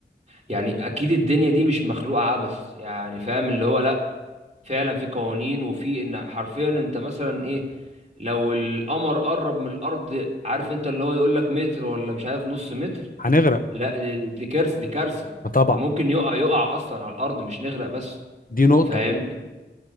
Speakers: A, on the right; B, on the left.
A: يعني اكيد الدنيا دي مش مخلوقه عبث يعني فاهم اللي هو لا فعلا في قوانين وفي ان حرفيا انت مثلا ايه لو القمر قرب من الارض عارف انت اللي هو يقول لك متر ولا مش عارف نص متر
B: هنغرق
A: لا دي دي كارثه دي كارثه
B: ما طبعا
A: ممكن يقع يقع اصلا على الارض مش نغرق بس
B: دي نقطه
A: فاهمني
B: و-